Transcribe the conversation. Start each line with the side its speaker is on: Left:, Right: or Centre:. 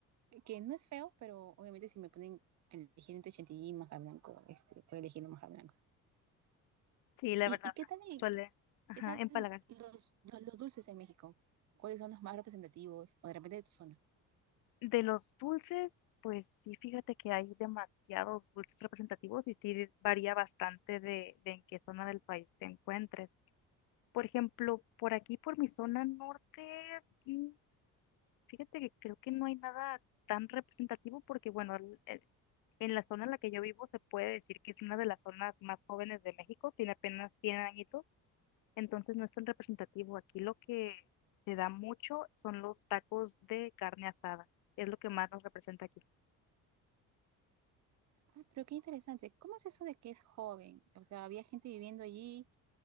Right: que no es feo, pero obviamente si me ponen a elegir entre chantilly y manjar blanco, este, puedo elegir el manjar blanco.
Left: Sí, la
Right: ¿Y,
Left: verdad,
Right: y qué tal, y-
Left: suele, ajá,
Right: qué tal
Left: empalagar.
Right: los, los, los dulces en México? ¿Cuáles son los más representativos o de repente de tu zona?
Left: De los dulces, pues sí, fíjate que hay demasiados dulces representativos y sí varía bastante de, de en qué zona del país te encuentres. Por ejemplo, por aquí, por mi zona norte, mm, fíjate que creo que no hay nada tan representativo porque, bueno, el- el- en la zona en la que yo vivo se puede decir que es una de las zonas más jóvenes de México, tiene apenas 100 añitos, entonces no es tan representativo. Aquí lo que se da mucho son los tacos de carne asada, es lo que más nos representa aquí.
Right: Ah, pero qué interesante. ¿Cómo es eso de que es joven? O sea, había gente viviendo allí